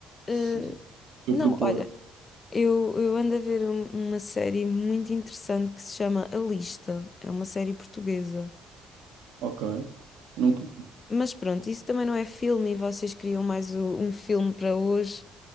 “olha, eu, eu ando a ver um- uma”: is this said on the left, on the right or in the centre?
Left